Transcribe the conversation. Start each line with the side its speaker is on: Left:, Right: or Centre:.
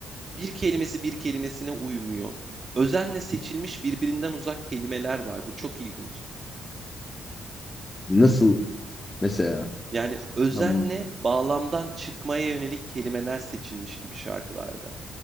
Right: Bir kelimesi bir kelimesine uymuyor. Özenle seçilmiş birbirinden uzak kelimeler var. Bu çok ilginç.
Left: Nasıl mesela?
Right: Yani özenle
Left: Hmm.
Right: bağlamdan çıkmaya yönelik kelimeler seçilmiş gibi şarkılarda.